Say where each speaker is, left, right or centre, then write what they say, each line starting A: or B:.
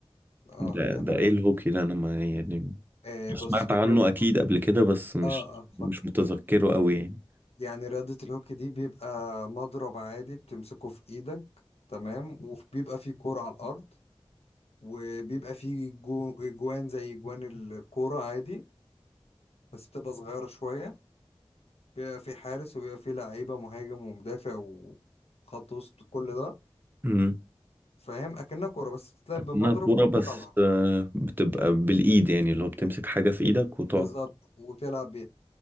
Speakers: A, on the left (about 80°); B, on the right (about 20°).
A: اه
B: ده
A: كان
B: ده ايه الهوكي ده انا ما يعني
A: آه بص
B: سمعت
A: الهوكي
B: عنه اكيد قبل كده بس مش
A: اه اه فا.
B: مش متذكره قوي يعني
A: يعني رياضة الهوكي دي بيبقى مضرب عادي بتمسكه في ايدك تمام وبيبقى فيه كورة على الأرض وبيبقى فيه جو- جوان زي جوان الكورة عادي بس بتبقى صغيرة شوية بيبقى فيه حارس وبيبقى فيه لعيبة مهاجم ومدافع وخط وسط كل ده
B: مم.
A: فاهم اكنها كوره بس بتلعب
B: اكنها
A: بمضرب
B: كورة
A: وكوره
B: بس
A: على الارض
B: آه، بتبقى بالايد يعني اللي هو بتمسك حاجة في ايدك وتقعد
A: بالظبط وتلعب بيها